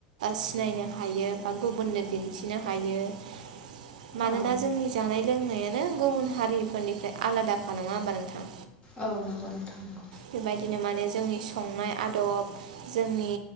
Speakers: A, on the right (about 85°); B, on the left (about 25°).
A: सिनायनो हायो बा गुबुननो दिन्थिनो हायो लांदां मानोना
B: औ औ
A: जोंनि जानाय लोंनायानो गुबुन हारिफोरनिफ्राय आलादाखा नङा होमबा नोंथां?
B: औ नंगौ नोंथां नंगौ
A: बेबायदिनो माने जोंनि संनाय आदब जोंनि